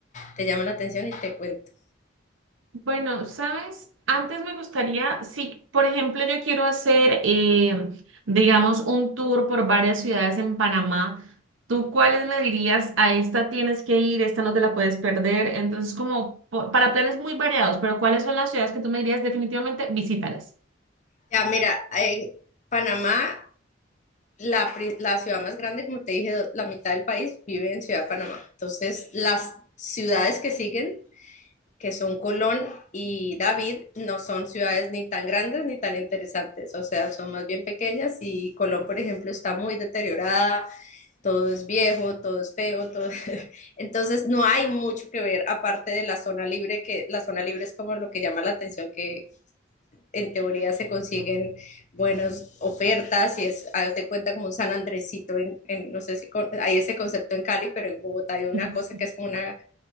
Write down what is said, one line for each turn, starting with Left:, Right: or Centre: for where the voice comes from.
Left: te llama la atención y te cuento.
Right: Bueno, ¿sabes? Antes me gustaría, si por ejemplo yo quiero hacer, eh, digamos, un tour por varias ciudades en Panamá, ¿tú cuáles me dirías? A esta tienes que ir, esta no te la puedes perder. Entonces, como po- para planes muy variados, pero ¿cuáles son las ciudades que tú me dirías definitivamente visítalas?
Left: Ya, mira, en Panamá, la, pri- la ciudad más grande, como te dije, la mitad del país vive en Ciudad de Panamá. Entonces, las ciudades que siguen, que son Colón y David, no son ciudades ni tan grandes ni tan interesantes. O sea, son más bien pequeñas y Colón, por ejemplo, está muy deteriorada. Todo es viejo, todo es feo, todo... <laughs> Entonces no hay mucho que ver aparte de la zona libre, que la zona libre es como lo que llama la atención, que, en teoría se consiguen buenas ofertas y es, hazte cuenta como un San Andresito, en, en, no sé si con, hay ese concepto en Cali, pero en Bogotá hay una
Right: <laughs>
Left: cosa que es como una,